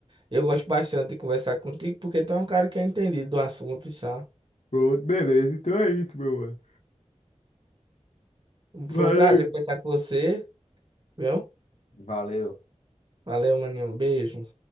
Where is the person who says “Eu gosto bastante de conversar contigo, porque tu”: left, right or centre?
Right